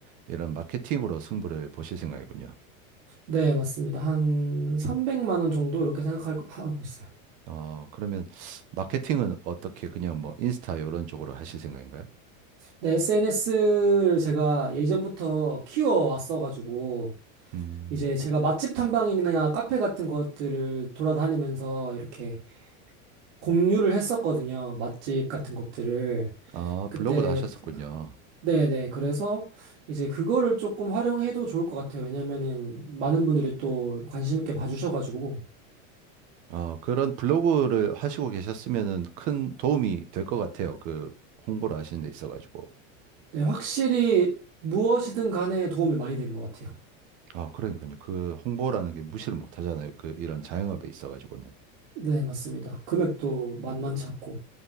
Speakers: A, on the right; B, on the right.
A: 이런 마케팅으로 승부를 보실 생각이군요.
B: 네, 맞습니다. 한 300만 원 정도 이렇게 생각하고 하고 있어요.
A: 어, 그러면 마케팅은 어떻게 그냥 뭐 인스타 이런 쪽으로 하실 생각인가요?
B: 네, SNS를 제가 예전부터 키워왔어가지고,
A: 음,
B: 이제 제가 맛집 탐방이나 카페 같은 것들을 돌아다니면서 이렇게 공유를 했었거든요. 맛집 같은 것들을.
A: 아,
B: 그때,
A: 블로그도 하셨었군요.
B: 네네. 그래서 이제 그거를 조금 활용해도 좋을 것 같아요. 왜냐면은 많은 분들이 또 관심 있게 봐주셔가지고,
A: 어, 그런 블로그를 하시고 계셨으면은 큰 도움이 될 것 같아요. 그 홍보를 하시는 데 있어가지고.
B: 네, 확실히 무엇이든 간에 도움이 많이 되는 것 같아요.
A: 아, 그러니까요. 그 홍보라는 게 무시를 못 하잖아요. 그 이런 자영업에 있어가지고는.
B: 네, 맞습니다. 금액도 만만치 않고.